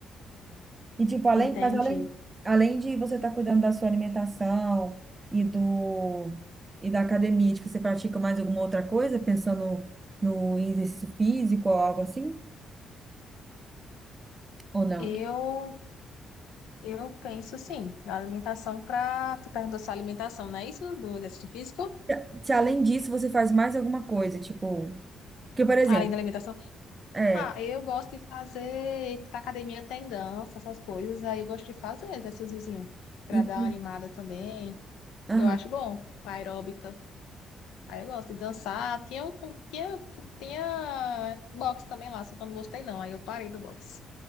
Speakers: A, on the right; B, on the left.
A: E, tipo, além,
B: Entendi.
A: mas além, além de você estar cuidando da sua alimentação e do, e da academia, tipo, você pratica mais alguma outra coisa, pensando no em exercício físico ou algo assim? Ou não?
B: Eu, eu penso, sim, na alimentação para... Tu perguntou sua alimentação, não é isso? Do exercício físico?
A: Se, se além disso você faz mais alguma coisa, tipo... Porque, por exemplo,
B: Além da alimentação
A: É.
B: Ah, eu gosto de fazer, na academia tem dança, essas coisas, aí eu gosto de fazer exercíciozinho, pra
A: Entendi.
B: dar uma animada também.
A: Aham.
B: Eu acho bom, aeróbica. Aí eu gosto de dançar. Tinha, um- tinha, tinha boxe também lá, só que eu não gostei não, aí eu parei do boxe.